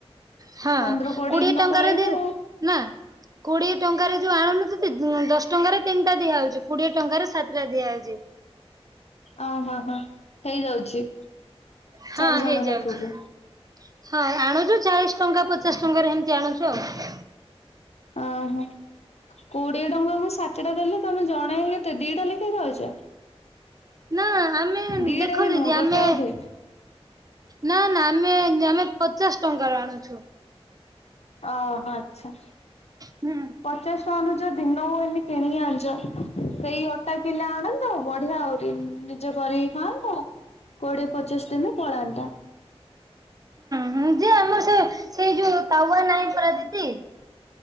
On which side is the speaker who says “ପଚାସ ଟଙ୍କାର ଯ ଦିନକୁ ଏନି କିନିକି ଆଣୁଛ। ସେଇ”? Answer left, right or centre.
Left